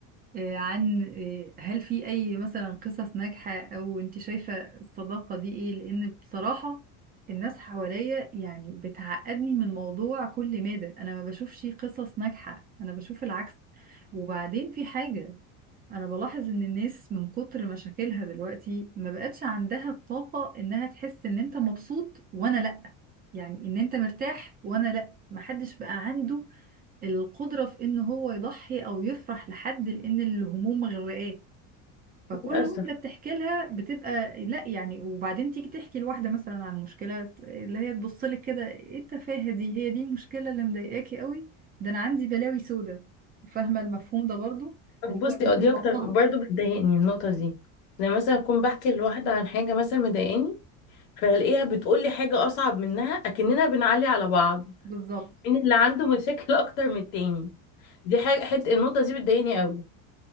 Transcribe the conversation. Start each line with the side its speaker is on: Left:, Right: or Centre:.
Right: آه، عن آه، هل في اي مثلا قصص ناجحة او انت شايفة الصداقة دي ايه لان بصراحة الناس حواليا يعني بتعقدني من الموضوع كل مادة انا ما بشوفش قصص ناجحة انا بشوف العكس وبعدين في حاجة انا بلاحظ ان الناس من كتر مشاكلها دلوقتي ما بقتش عندها الطاقة انها تحس ان انت مبسوط وانا لا يعني ان انت مرتاح وانا لا محدش بقى عنده القدرة في ان هو يضحي او يفرح لحد لان الهموم مغرقاه فكل
Left: للأسف
Right: واحدة بتحكي لها بتبقى لا يعني وبعدين تيجي تحكي لواحدة مثلا عن مشكلة اللي هي تبص لك كده ايه التفاهة دي هي دي المشكلة اللي مضايقاكي قوي ده انا عندي بلاوي سودة فاهمة المفهوم ده برضو
Left: طب
Right: اللي
Left: بصي
Right: هو انت
Left: اه دي
Right: مضخها
Left: اكتر برضو بتضايقني النقطة دي لما مثلا اكون بحكي لواحدة عن حاجة مثلا مضايقاني فالاقيها بتقولي حاجة اصعب منها اكننا بنعلي على بعض
Right: بالظبط
Left: مين اللي عنده مشاكل <laughs> اكتر من التاني دي حاجة حت النقطة دي بتضايقني قوي